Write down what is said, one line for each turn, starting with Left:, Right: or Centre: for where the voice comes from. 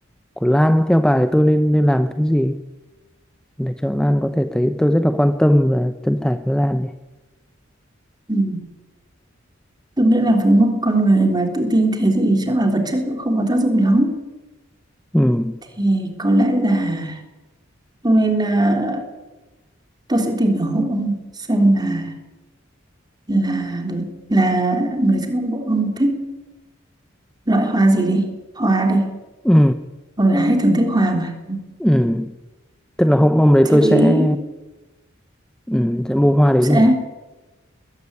Centre: của Lan thì theo bà thì tôi nên nên làm cái gì để cho Lan có thể thấy tôi rất là quan tâm và chân thành với Lan này.
Right: ừ. tôi nghĩ là với một con người mà tự tin thế thì chắc là vật chất cũng không có tác dụng lắm
Centre: Ừ.
Right: thì có lẽ là ông nên à, tôi sẽ tìm hiểu hộ ông xem là là đối là người trong ngũ của ông thích loại hoa gì đi hoa đi
Centre: Ừ.
Right: con gái thường thích hoa mà
Centre: Ừ. Tức là hôm hôm đấy
Right: thì
Centre: tôi sẽ ừ, sẽ mua hoa đến
Right: sẽ
Centre: nhỉ?